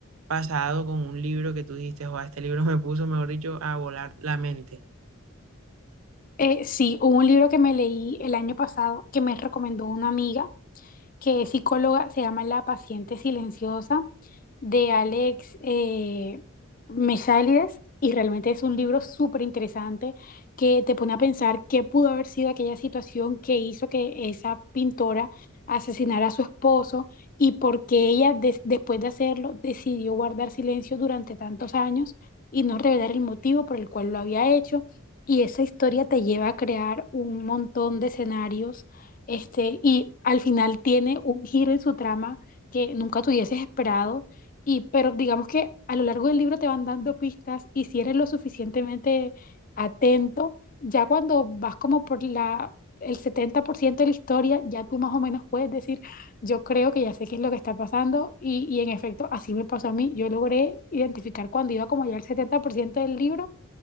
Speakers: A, on the right; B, on the left.
A: pasado con un libro que tú dijiste, o este libro <laughs> me puso, mejor dicho, a volar la mente.
B: Eh, sí, hubo un libro que me leí el año pasado que me recomendó una amiga que es psicóloga, se llama La paciente silenciosa de Alex eh, Mesalides y realmente es un libro súper interesante que te pone a pensar qué pudo haber sido aquella situación que hizo que esa pintora asesinara a su esposo y por qué ella des- después de hacerlo decidió guardar silencio durante tantos años y no revelar el motivo por el cual lo había hecho. Y esa historia te lleva a crear un montón de escenarios este, y al final tiene un giro en su trama que nunca te hubieses esperado. Y, pero digamos que a lo largo del libro te van dando pistas y si eres lo suficientemente atento, ya cuando vas como por la, el 70% de la historia, ya tú más o menos puedes decir, yo creo que ya sé qué es lo que está pasando. Y, y en efecto, así me pasó a mí. Yo logré identificar cuando iba como ya al 70% del libro,